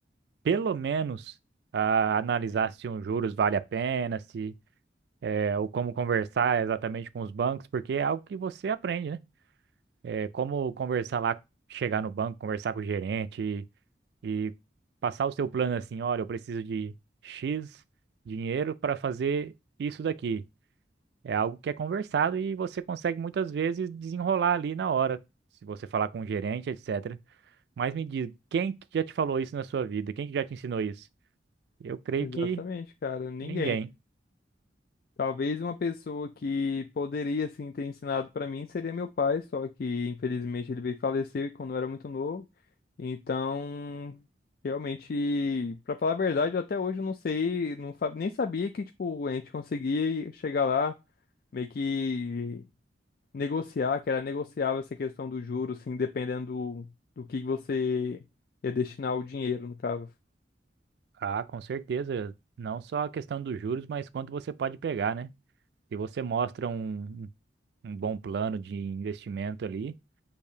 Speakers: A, on the right; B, on the left.
A: pelo menos a analisar se um juros vale a pena, se é, ou como conversar exatamente com os bancos, porque é algo que você aprende, né? É como conversar lá, chegar no banco, conversar com o gerente e, e passar o seu plano assim, olha, eu preciso de X dinheiro para fazer isso daqui. É algo que é conversado e você consegue muitas vezes desenrolar ali na hora, se você falar com o gerente, etc. Mas me diz, quem que já te falou isso na sua vida? Quem que já te ensinou isso? Eu creio
B: Exatamente,
A: que
B: cara. Ninguém.
A: ninguém.
B: Talvez uma pessoa que poderia assim ter ensinado para mim seria meu pai, só que infelizmente ele veio e faleceu e quando eu era muito novo. Então, realmente, para falar a verdade, eu até hoje não sei, não fa- nem sabia que tipo a gente conseguia chegar lá, meio que negociar, que era negociável essa questão do juros, assim, dependendo do, do que você ia destinar o dinheiro, no caso.
A: Ah, com certeza. Não só a questão dos juros, mas quanto você pode pegar, né? Se você mostra um, um bom plano de investimento ali,